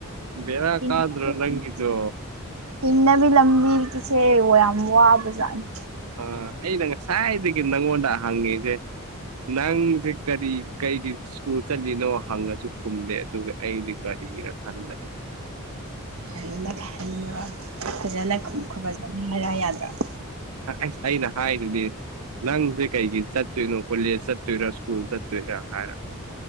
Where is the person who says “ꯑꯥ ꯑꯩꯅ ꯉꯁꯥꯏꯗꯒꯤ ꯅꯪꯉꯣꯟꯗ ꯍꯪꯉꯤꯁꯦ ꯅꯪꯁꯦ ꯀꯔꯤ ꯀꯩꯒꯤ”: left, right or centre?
Right